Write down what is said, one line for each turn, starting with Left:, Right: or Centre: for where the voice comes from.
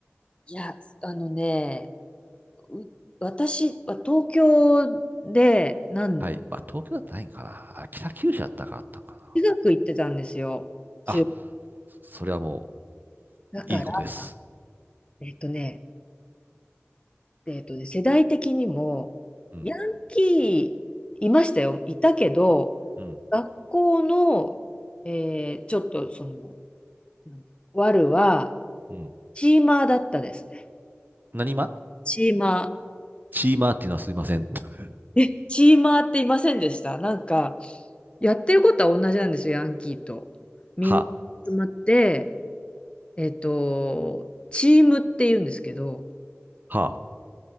Left: いや、あのね、う私は東京で、なん、
Right: はい。まあ、東京だったらないんかな。北九州だったかあったんかな。
Left: 中学行ってたんですよ。中
Right: あ、それはも
Left: だから、
Right: う、いいことです。
Left: えっとね、えっとね、世代的にも、
Right: うん、
Left: ヤンキーいましたよ。いたけど、
Right: うん、
Left: 学校の、えーちょっとその、なんだワルは、
Right: うん。
Left: チーマーだったですね。
Right: 何ま
Left: チーマ
Right: チーマーっていうのはすいません。<laughs>
Left: ー。え、チーマーっていませんでしたなんか、やってることは同じなんですよ、ヤンキーと。みんな集まって、
Right: は、
Left: えっと、チームって言うんですけど、
Right: は、